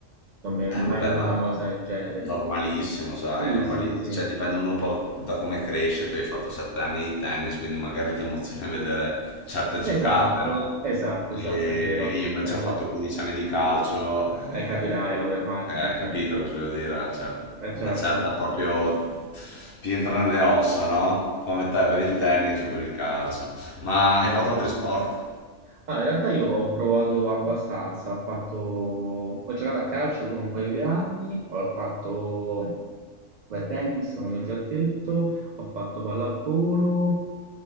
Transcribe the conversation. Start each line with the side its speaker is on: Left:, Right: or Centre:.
Right: non mi è
Left: Eh
Right: mai
Left: vabbè,
Right: venuta
Left: ma
Right: una cosa del genere.
Left: normalissimo, sai,
Right: Sì,
Left: normali-
Right: sì, sì,
Left: cioè dipende uno un po' da come cresce, tu hai fatto sette anni di tennis, quindi magari ti emoziona vedere certe
Right: esatto,
Left: giocate, no?
Right: esatto, esatto,
Left: E
Right: è vero,
Left: io invece
Right: esatto.
Left: ho fatto 15 anni di calcio, eh,
Right: Eh, capirai,
Left: quello-
Right: allora immagino,
Left: eh,
Right: sì,
Left: capito cosa voglio dire? Cioè,
Right: Eh,
Left: una
Right: certo.
Left: certa proprio ti entra nelle ossa, no? Come te per il tennis o per il calcio. Ma hai fatto altri sport?
Right: Ah, in realtà io ho provato abbastanza, ho fatto... ho giocato a calcio pure un paio di anni, ho fatto beh, tennis, come ti ho già detto, ho fatto pallavolo